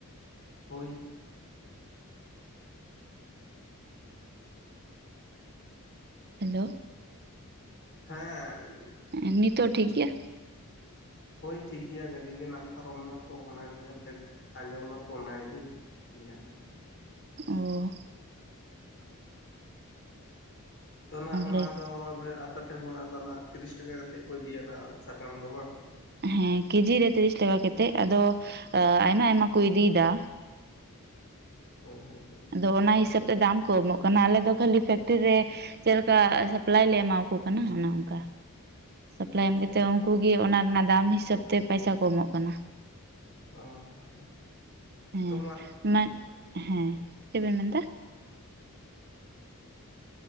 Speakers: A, on the left; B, on the right.
A: ᱦᱳᱭ᱾
B: ᱦᱮᱞᱳ᱾
A: ᱦᱮᱸ᱾
B: ᱮᱸ ᱱᱤᱛᱚᱜ ᱴᱷᱤᱠ ᱜᱮᱭᱟ?
A: ᱦᱳᱭ ᱴᱷᱤᱠ ᱜᱮᱭᱟ ᱜᱟᱹᱰᱤ ᱜᱮ ᱱᱟᱜ ᱯᱟᱨᱚᱢ ᱱᱟᱛᱚ ᱚᱱᱟ ᱜᱮᱨᱮ ᱵᱮᱠ ᱟᱸᱡᱚᱢ ᱱᱟᱛᱚ ᱚᱱᱟ ᱜᱮᱞᱤᱧ ᱞᱟᱹᱭᱟᱜ ᱠᱟᱱᱟ ᱟᱨᱠᱤ᱾
B: ᱚ᱾
A: ᱛᱚ ᱱᱟᱜ ᱚᱱᱟ
B: ᱞᱟᱹᱭ
A: ᱫᱚ ᱟᱵᱮ ᱟᱯᱮ ᱴᱷᱮᱱ ᱠᱷᱚᱱᱟᱜ ᱫᱚ ᱱᱟᱜ ᱛᱤᱨᱤᱥ ᱴᱟᱠᱟ ᱠᱟᱛᱮᱫ ᱠᱚ ᱤᱫᱤᱭᱟ ᱱᱟᱜ ᱥᱟᱠᱟᱢ ᱫᱚ ᱵᱟᱝ?
B: ᱦᱮᱸ ᱠᱮᱡᱤ ᱨᱮ ᱛᱤᱨᱤᱥ ᱴᱟᱠᱟ ᱠᱟᱛᱮᱫ ᱟᱫᱚ ᱟ ᱟᱭᱢᱟ ᱟᱭᱢᱟ ᱠᱚ ᱤᱫᱤᱭᱮᱫᱟ᱾
A: ᱦᱳᱭ ᱦᱳᱭ ᱦᱳᱭ᱾
B: ᱟᱫᱚ ᱚᱱᱟ ᱦᱤᱥᱟᱹᱵ ᱛᱮ ᱫᱟᱢ ᱠᱚ ᱮᱢᱚᱜ ᱠᱟᱱᱟ ᱟᱞᱮ ᱫᱚ ᱠᱷᱟᱹᱞᱤ ᱯᱷᱮᱠᱴᱨᱤ ᱨᱮ ᱪᱮᱫ ᱞᱮᱠᱟ ᱥᱟᱯᱞᱟᱭ ᱞᱮ ᱮᱢᱟᱠᱚ ᱠᱟᱱᱟ ᱚᱱᱮ ᱚᱱᱠᱟ᱾ ᱥᱟᱯᱞᱟᱭ ᱮᱢ
A: ᱦᱚᱸ
B: ᱠᱟᱛᱮᱫ ᱩᱱᱠᱩ ᱜᱮ ᱚᱱᱟ ᱨᱮᱱᱟᱜ ᱫᱟᱢ ᱦᱤᱥᱟᱹᱵ ᱛᱮ ᱯᱟᱭᱥᱟ ᱠᱚ ᱮᱢᱚᱜ ᱠᱟᱱᱟ᱾
A: ᱦᱚᱸ
B: ᱦᱮᱸ
A: ᱛᱚ ᱢᱟ
B: ᱢᱟ ᱦᱮᱸ, ᱪᱮᱫ ᱵᱮᱱ ᱢᱮᱱᱫᱟ?